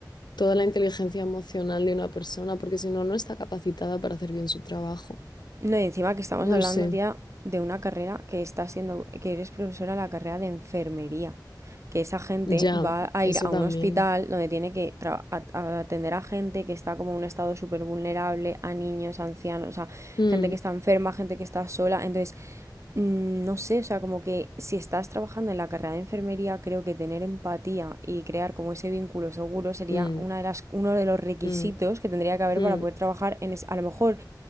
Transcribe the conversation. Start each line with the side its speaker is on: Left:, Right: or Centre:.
Left: Toda la inteligencia emocional de una persona, porque si no, no está capacitada para hacer bien su trabajo.
Right: No, y encima que estamos hablando,
Left: No sé,
Right: tía, de una carrera que está siendo, que eres profesora de la carrera de enfermería. Que esa gente
Left: ya,
Right: va a
Left: eso
Right: ir a
Left: también.
Right: un hospital donde tiene que tra- a- a- atender a gente que está como en un estado súper vulnerable, a niños, ancianos o sea
Left: Mm,
Right: gente que está enferma, gente que está sola. Entonces, Mm, No sé, o sea, como que si estás trabajando en la carrera de enfermería, creo que tener empatía y crear como ese vínculo seguro sería
Left: mm,
Right: una de las, uno de los requisitos
Left: mm,
Right: que tendría que haber
Left: mm,
Right: para poder trabajar en es- A lo mejor,